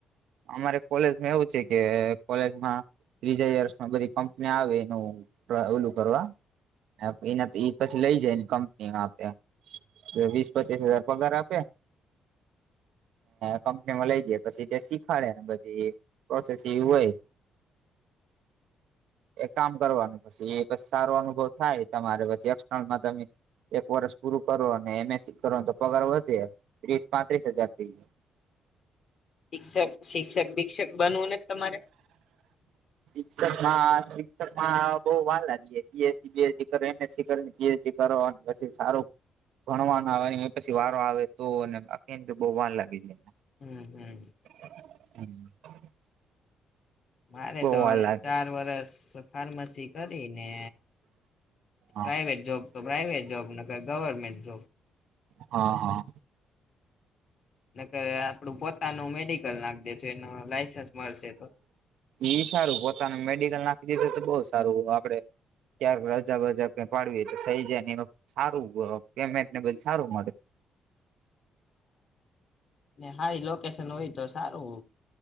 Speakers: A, on the right; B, on the left.
A: અમારે કોલેજમાં એવુ છે, કે કોલેજમા ત્રીજા યર્સમા, બધી કંપની આવે એનું ઓલું કરવા એનાથી પછી લઈ જાય, ને કંપનીમા આપે એમ. વીસ પચીસ હજાર પગાર આપે કંપની મા લઈ જાય, પછી જેસી ખાડે બધી પ્રોસેસીવ હોય એક કામ કરવાનું પછી, એ સારો અનુભવ થાય તમારે પછી, એક્સર્નલમાં તમે એક વર્ષ પૂરુ કરો અને એમએસસી કરો તો પગાર વધે ત્રીસ પાંત્રીસ હજાર, થઈ ગયો.
B: શિક્ષક, શિક્ષક ભિક્ષક બનવુ, ને તમારે
A: શિક્ષકમા, શિક્ષકમા બહુ વાર લાગી જાય પીએસડી બીએસડી કરો એમએસસી કર ને પીએસડી કરો પસી સારું ભણવા ના આવે પછી વારો આવે તો અને આખીને તો બહુ વાર લાગે.
B: હમ હમ
A: <unintelligible>
B: મારે
A: બહુ
B: તો
A: વાર
B: હવે
A: લાગે
B: ચાર વરસ ફાર્મસી કરી ને
A: હા
B: પ્રાઈવેટ જોબ, તો પ્રાાઈવેટ જોબ નકર ગવર્મેન્ટ જોબ
A: હા, હા
B: નકર આપડું પો નુ મેડિકલ નાખ દેશુ, એનુ લાઈસન્સ મળશે તો
A: ઈ સારું પોતાનું <inaudible> બહુ સારુ, આપડે <inaudible> રજા, બજા ક પાડવી તો થઈ જાય. એ સારુ પેમેન્ટ ને બધુ સારું મળે
B: સારી લોકેશન હોય, તો સારુ